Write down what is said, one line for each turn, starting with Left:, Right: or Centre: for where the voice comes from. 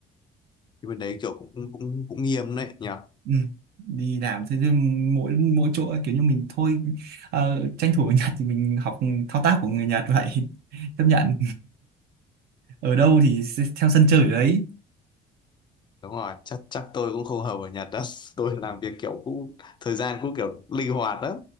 Left: thì bên đấy kiểu cũng cũng cũng nghiêm đấy nhỉ
Right: ừ. đi làm thế chứ mỗi mỗi chỗ ấy, kiểu như mình thôi ờ, tranh thủ ở Nhật thì mình học thao tác của người Nhật vậy <laughs> chấp nhận ở đâu thì sẽ theo sân chơi ở đấy
Left: đúng rồi chắc chắc tôi cũng không hợp ở Nhật đó <laughs> tôi làm việc kiểu cũng thời gian cũng kiểu linh hoạt đó